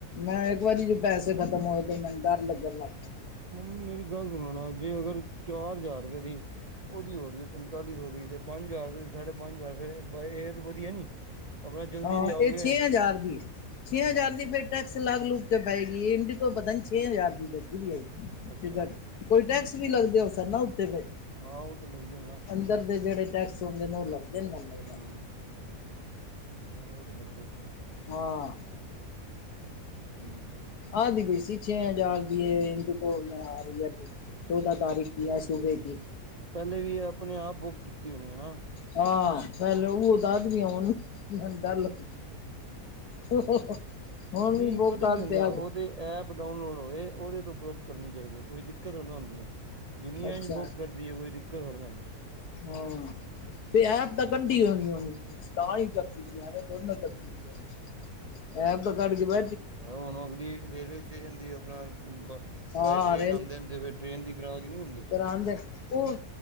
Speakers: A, on the left; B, on the right.
A: ਮੈਂ ਇੱਕ ਵਾਰੀ ਜੋ ਪੈਸੇ ੇ ਖਤਮ ਹੋਏ ਤੇ, ਮੈਨੂੰ ਡਰ ਲੱਗਣ ਲੱ
B: ਮੰਮੀ, ਮੇਰੀ ਗੱਲ ਸੁਣਣਾ, ਜੇ ਅਗਰ ਚਾਰ ਹਜ਼ਾਰ ਰੁਪਏ ਦੀ ਉਹਦੀ ਹੋ ਰੀ ਹੈ ਪੰਤਾਲੀ ਸੌ ਦੀ ਤੇ ਪੰਜ ਹਜ਼ਾਰ, ਸਾਢੇ ਪੰਜ ਹਜ਼ਾਰ ਰੁਪਏ ਫਿਰ ਏਅਰ ਵਧੀਆ ਨੀ। ਆਪਣਾ ਜਲਦੀ
A: ਹਾਂ,
B: ਤੇ ਆਓਗੇ
A: ਇਹ ਛੇ ਹਜ਼ਾਰ ਦੀ, ਛੇ ਹਜ਼ਾਰ
B: ਹਾਂਜੀ
A: ਦੀ ਫੇਿਰ ਟੈਕਸ ਲਾਗ ਲੁਗ ਕੇ ਪਏਗੀਈ, ਇੰਡੀ ਕੋ ਪਤਾ ਨੀ ਛੇ ਹਜ਼ਾਰ ਦੀ ਦਸਦੀ ਵੀ ਆ ਈ
B: ਅੱਛਾ
A: ਟਿਕਟ। ਕੋਈ ਟੈਕਸ ਵੀ ਲੱਗਦੇ ਹੋ ਸਰ, ਨਾ ਉੱਥਤੇ ਫੇਰ।
B: ਹਾਂ, ਉਹ ਤੇ ਲੱਗਦੇ ਨੇ ਨਾ।
A: ਉਧਰ ਦੇ ਜਿਹੜੇ ਟੈਕਸ ਹੁੰਦੇ ਨੇ ਉਹ ਲੱਗਦੇ। ਨੇ ਮੈਨੂੰ ਲੱਗਦਾ
B: ਹੂੰ, ਹੂੰ ਉਹ ਤੇ ਲੱਗਦੇ ਨੇ।
A: ਹਾਂ।
B: ਹੂੰ।
A: ਆਦੀ ਪਣੀ ਸੀ ਛੇ ਹਜ਼ਾਰ ਦੀ, ਹਿੰਦੂਕ ਮੈਂ ਆ ਰਹੀ ਹੈ ਬਾਈ। ਚੌਦਾਂ ਤਾਰੀਖ ਕੀ ਹੈ, ਸੂਬੇ ਕੀ।
B: ਪਹਿਲੇ ਵੀ ਆਪਣੇ ਆਪ ਬੁੱਕ ਕੀਤੀ। ਟੀ ਹੋਣੀ ਹੈ ਨਾ।
A: ਹਾਂ ਪਹਿਲ ਉਹ ਦਸ ਦੀਆਂ, ਹੁਣ ਡਰ ਲੱਗਦੇ।
B: ਆਪਣੇ
A: ਹੁਣ
B: ਨਹੀਂ
A: ਵੀ ਬਹੁ
B: ਪਤਾ
A: ਕਰਦੇ
B: ਕੀ ਹੁੰਦਾ
A: ਆੱਜ।
B: ਉਹ ਐਪ ਡਾਊਨਲੋਡ ਹੋਏ ਉਹਦੇ ਤੋਂ ਬਰੁਕ ਕਰਨੀ ਚਾਹੀਦੀ ਹੈ। ਕੋਈ ਦਿੱਕਤ ਥੋੜੀ ਨਾ ਹੁੰਦੀ ਹੈ। ਦੁਨੀਆਂ
A: ਅੱਛਾ
B: ਇੰਜ ਬੂਕ ਕਰਦੀ ਹੈ, ਕੋਈ ਦਿੱਕਤ ਥੋੜੀ ਨਾ ਹੈਗੀ ਹੈ।
A: ਹਾਂ। ਤੇ ਐਪ ਤਾਂ ਕੱਢੀ ਹੋਣੀ, ਤਾਂ ਹੀ ਕਰਦੀ ਦੀ ਐਵੇਂ ਥੋੜੀ ਨਾ ਕਰਦੀ ਏ। ਐ ਤਾਂ ਕੱਢ ਕੇ ਬ-
B: ਜਾਂ ਓਹ ਹੁਣ ਅਗਲੀ ਰੇਲਵੇ ਸਟੇਸ਼ਨ, ਦੀ ਆਪਣਾ।
A: ਹਾਂ
B: ਬਾਈ ਟ੍ਰੇਨ ਆਉਂਦੇ ਹੋਣ ਦੇ ਫੇਰ ਟ੍ਰੇਨ ਦੀ ਕਰਾ ਕੇ ਨੀ ਹੁੰਦੀ।
A: ਡਾਲ ਦੇ ਰ ਉਹ।